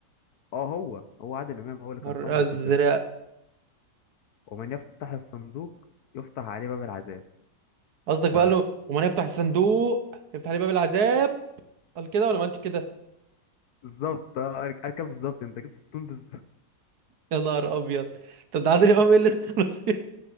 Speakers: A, on the left; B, on the right.
A: آه هو هو عادل إمام هو اللي
B: نهار
A: كان صاحب
B: ازرق
A: البيت ده ومن يفتح الصندوق يفتح عليه باب العذاب
B: قصدك
A: ف
B: بقى له ومن يفتح الصندوق يفتح لي باب العذاب قال كده ولا ما قالش كده
A: بالظبط آه، أنا أنا كده بالظبط أنت جبت التون بالظبط
B: يا نهار ابيض طب ده عادل امام ايه اللي دخله <laughs>